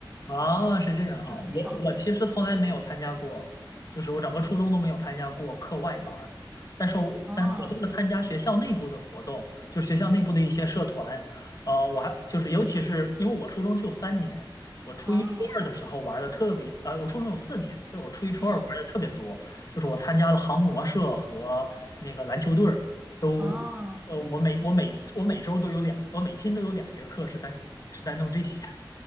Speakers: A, on the left (about 45°); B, on the right (about 15°).
A: 啊，是这样啊，
B: <laughs> 就很爽。
A: 我我其实从来没有参加过，就是我整个初中都没有参加过课外班儿，但是我但是我都是参加学校内部的活动，
B: 哦
A: 就是学校内部的一些社团，呃，我还就是尤其是因为我初中就三年，我初一初二的时候玩的特别，
B: 哦
A: 呃，我初中有四年，对，我初一初二玩的特别多，
B: 嗯
A: 就是我参加了航模社和那个篮球队儿，都，
B: 哦。
A: 呃，我每我每我每周都有两，我每天都有两节课是在是在弄这些。